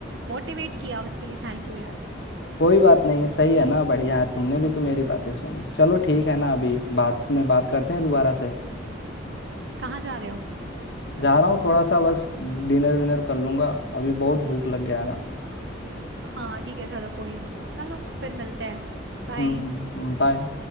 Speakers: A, on the right (about 65°); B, on the left (about 55°).
A: मोटिवेट किया उसके लिए थैंक यू यार
B: कोई बात नहीं सही है ना बढ़िया है तुमने भी तो मेरी बातें सुनी चलो ठीक है ना अभी बात में बात करते हैं दोबारा से
A: कहाँ जा रहे हो
B: जा रहा हूँ थोड़ा सा बस डिनर विनर कर लूंगा अभी बहुत भूख लग गया है ना
A: हाँ ठीक है चलो कोई ना चलो फिर मिलते हैं बाय
B: हम्म बाय